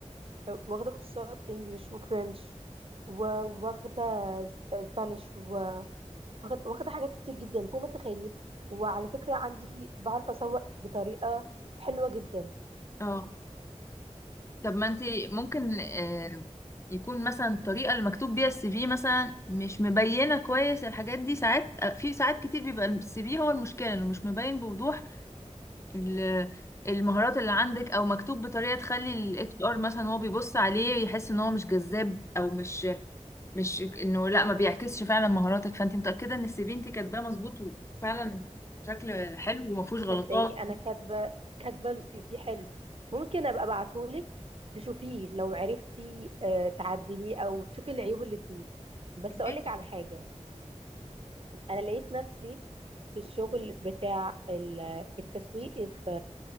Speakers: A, on the right (about 50°); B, on the left (about 25°).
A: واخده كورسات انجليش وفرنش وواخده اسبانيش واخده واخدة حاجات كتير جدا فوق ما تتخيلي وعلى فكره عندي بعرف اسوق بطريقه حلوه جدا
B: اه طب ما انت ممكن آه، يكون مثلا الطريقه اللي مكتوب بيها السي في مثلا مش مبينه كويس الحاجات دي ساعات آه، في ساعات كتير بيبقى السي في هو المشكله انه مش مبين بوضوح ال- المهارات اللي عندك او مكتوب بطريقه تخلي الاتش ار مثلا هو بيبص عليه يحس ان هو مش جذاب او مش مش انه لا ما بيعكسش فعلا مهاراتك فانت متاكده ان السي في انت كاتباه مظبوط وفعلا شكل حلو وما فيهوش غلطات
A: صدقيني انا كاتبه كاتبه السي في حلو ممكن ابقى ابعتهولك تشوفيه لو عرفتي آه، تعدليه او تشوفي العيوب اللي فيه بس
B: ماشي
A: اقولك على حاجه انا لقيت نفسي في الشغل بتاع ال- التسويق في